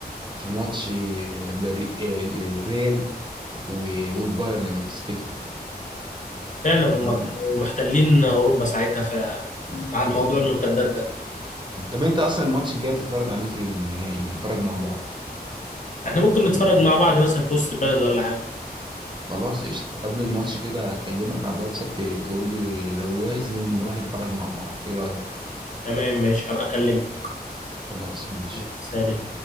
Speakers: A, on the right; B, on the left.
A: في ماتش بري... الريال و- والبايرن لو تفتكروا
B: فعلا هم
A: تمام
B: كانوا محتلين اوروبا ساعتها ف
A: آه.
B: على الموضوع
A: آه.
B: المرتدات ده
A: طب انت اصلا الماتش الجاي هتتفرج عليه فين النهائي نتفرج مع بعض
B: احنا ممكن نتفرج مع بعض مثلا في وسط البلد ولا حاجه
A: خلاص قشطة قبل الماتش كده هكلمك على الواتساب ت- تقول لي لو جاهز ن- نروح نتفرج مع بعض ايه رأيك
B: تمام ماشي هبقى اكلمك
A: خلاص ماشي
B: سلام